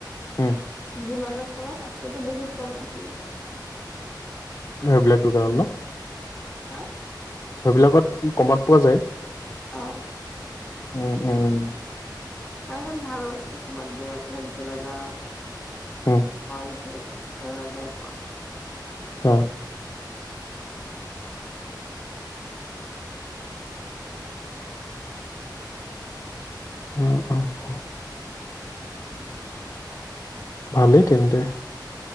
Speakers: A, on the left; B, in the centre.
A: উম।
B: যিমানত পাবা তাতকেতো বহুত কমত দিয়ে।
A: সেই বিলাক দোকানত ন।
B: হা
A: সেইবিলাকত কমত পোৱা যায়।
B: অ'।
A: উম, উম।
B: তাৰ <unintelligible> ভাল বস্তু কমত দিয়ে ফেঞ্চি বজাৰ
A: উম
B: <unintelligible> <unintelligible> তাই পৰ।
A: অ উ অ ভালেই তেন্তে।